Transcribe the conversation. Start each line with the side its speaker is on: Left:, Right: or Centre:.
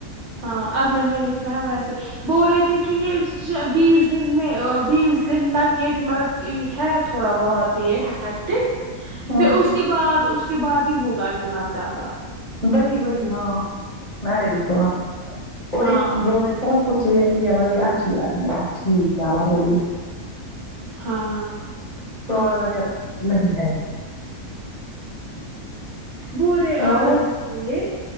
Right: ہاں اگلے مہینے پھر ہم ویسے بول رہے تھے کہ یہ بیس دن میں ا بیس دن تک یہ مطلب ہے تھوڑا بہت یہک
Left: ہ
Right: پھر اس کے بعد اس کے بعد ہی ہوگا اتنا زیادہ
Left: وہی وہی ہاں میں نے بھی سنا اور
Right: ہاں
Left: اس بول رہ تھے نہ <unintelligible> چ نہیں مب اچھیار ہے مب ٹھیک ہے مارب
Right: ہاں
Left: فراڈ وغیرہ نہیں ہے
Right: بورے
Left: اور
Right: آ گئے ہو یہ